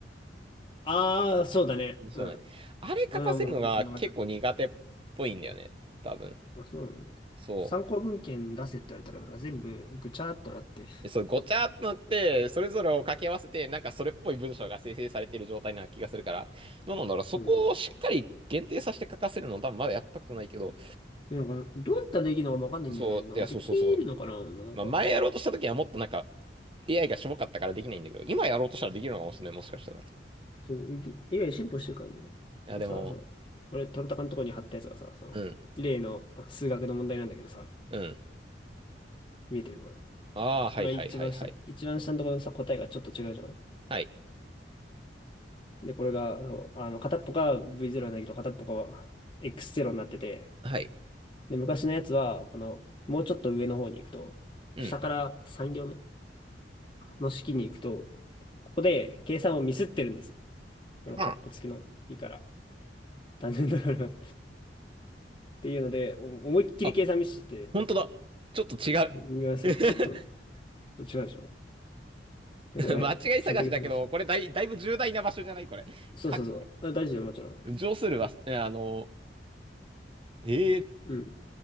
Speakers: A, on the left; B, on the right.
A: ああ、そうだね。
B: そうだね。
A: うん。
B: あれ書かせるのが結構苦手っぽいんだよね多分。
A: うん、もう本当にそんな感じだった。あ、そうなの。
B: そ
A: 参考文献出せって言われたら、なんか全部ぐちゃっとなって。
B: う。そうごちゃっとなってそれぞれを掛け合わせてなんかそれっぽい文章が生成されている状態な気がするからどうなんだろうそこをしっかり限定させて書かせるの多分まだやったことないけど
A: うん。いやなんか、どうやったらできるのかわかんないんだよね。
B: そういやそうそうそう。
A: なんかできるのかな、まあなんかさ、
B: まあ前やろうとした時はもっとなんか
A: そ
B: AI がしょぼかったからできないんだけど、今やろうとしたらできるのかもしれない、もしかしたら。い
A: そう、ぎ AI 進歩してるからね。
B: や、
A: でさ、
B: でも、
A: そう、俺、トンタカのとこに貼ったやつがさ、その、
B: うん、
A: 例のあ数学の問題なんだけどさ、
B: うん。
A: 見えてるこれ。
B: ああ、はいはいはいはい。
A: 今一番下、一番下のところのさ、答えがちょっと違うじゃん。
B: はい、
A: で、これが、そうあの、片っぽが V0 なんだけど、片っぽが X0 になってて、
B: はい、
A: で、昔のやつは、この、もうちょっと上の方に行くと、
B: うん。
A: 下から3行目の式に行くと、ここで計算をミスってるんです。このカッコ付きの式から。
B: あ
A: 単純だから <laughs> っていうので、お思いっきり計算ミスしてて、
B: あ、あ、本当だ。ちょっと違う。
A: 右側さ、
B: <laughs>
A: ちょっと、違うでしょ。で、
B: 間違い探しだけど、
A: これ、ちゃんと計算して。
B: これだい、だいぶ重大な場所じゃないこれ。
A: そうそうそう。
B: か、
A: あ、大事だよ、もちろん。
B: 上するは、えあの、ええ
A: うん。